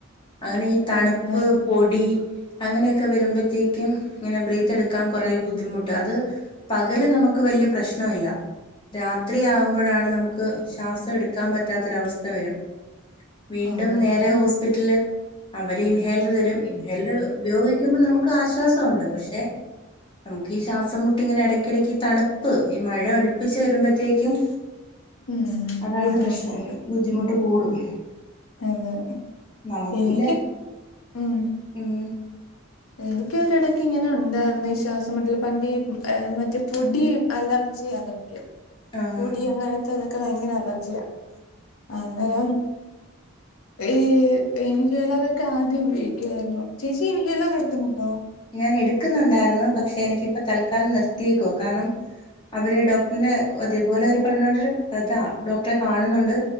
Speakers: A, on the left (about 25°); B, on the left (about 75°).
A: അങ്ങനെ ഈ തണുപ്പ്
B: ആഹ് ആഹ്
A: പൊടി അങ്ങനെയൊക്കെ വരുമ്പോഴത്തേക്കും ഇങ്ങനെ ബ്രീത്തെ ടുക്കാൻ കുറേ ബുദ്ധിമുട്ടാ അത് പകല് നമുക്ക് വല്ല്യ പ്രശ്ന ല്ല രാത്രി ആകുമ്പോഴ ഴാണ് നമുക്ക് ശ്വാസം എടുക്കാൻ പറ്റാത്തൊരവസ്ഥ വരും വീണ്ടും
B: ആഹ്
A: നേരെ ഹോസ്പിറ്റല് അവര് ഇൻഹേലർ തരും ഇൻഹേലർ ഉപയോഗിക്കുമ്പോൾ നമുക്ക് ആശ്വാസോണ്ട് പക്ഷെ നമുക്ക് ഈ ശ്വാസം മുട്ട് ഇങ്ങനെ ഇടയ്ക്കിടയ്ക്ക് ഈ തണുപ്പ് ഈ മഴ അടുപ്പിച്ച് വരുമ്പോഴത്തേക്കും
B: ഉമ്
A: അതാണ്
B: ബുദ്ധിമുട്ട്
A: പ്രശ്നം
B: വരും
A: ബുദ്ധിമുട്ട്
B: ഉമ്
A: കൂടും
B: അതെ
A: നമുക്കില്ല
B: എനിക്ക് ഉമ്
A: ഉം
B: എനിക്ക് ഒരിടയ്ക്ക് ഇങ്ങനെ ഉണ്ടായിരുന്നു ഈ ശ്വാസം മുട്ടല് പണ്ടീ മറ്റേ പൊടി അലർജി അനക്യം
A: ആഹ്
B: ദി അങ്ങനൊത്തെ ഇതൊക്കെ ഭയങ്കര അലർജിയാ അഹ് അന്നരം ഏഹ് ഇൻഹൈലൊറൊക്കെ ആദ്യം ഉപയോഗിക്കുവായിരുന്നു ചേച്ചി ഇൻഹൈലെറെടുക്കുന്നുണ്ടോ
A: ഞാൻ എടുക്കുന്നുണ്ടായിരുന്നു പക്ഷെ എനിക്കിപ്പം തൽക്കാലം നിർത്തിയേക്കുവാ കാരണം അവര് ഡോക്ടറിന്റെ അതേപോലൊരു <unintelligible> അതാ ഡോക്ടറെ കാണുന്നുണ്ട്